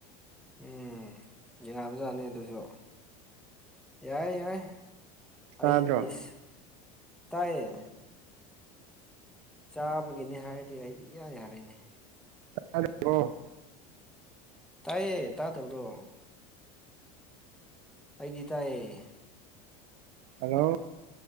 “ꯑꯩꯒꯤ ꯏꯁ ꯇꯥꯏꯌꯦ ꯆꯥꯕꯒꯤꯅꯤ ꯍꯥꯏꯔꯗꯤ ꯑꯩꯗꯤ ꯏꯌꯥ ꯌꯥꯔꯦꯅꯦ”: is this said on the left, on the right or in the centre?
Centre